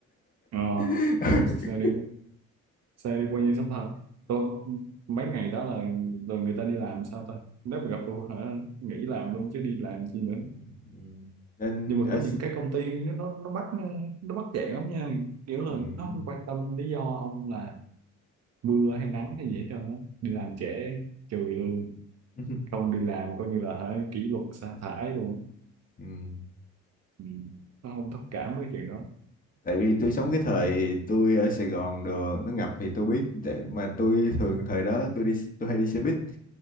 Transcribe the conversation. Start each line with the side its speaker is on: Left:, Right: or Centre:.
Right: ờ,
Left: vậy
Right: xe
Left: <laughs>
Right: đi xe đi qua như sắp thật tôi mấy ngày đó là rồi người ta đi làm sao ta nếu mà gặp tôi hả nghỉ làm luôn chứ đi làm chi nữa
Left: Ừ, ừ. nên
Right: nhưng mà
Left: ở
Right: có
Left: S-
Right: những cái công ty nó nó nó bắt nó bắt chẹn lắm nha kiểu là
Left: ừ.
Right: nó không quan tâm lý do ông là mưa hay nắng hay gì hết trơn á đi làm trễ trừ lương
Left: <laughs>
Right: không đi làm coi như là hả kỷ luật sa thải luôn
Left: Ừ.
Right: ừ. nó không thông cảm với chuyện đó
Left: tại vì tôi sống cái thời tôi ở Sài Gòn đồ nó ngập thì tôi biết để mà tôi thường thời đó tôi đi tôi hay đi xe buýt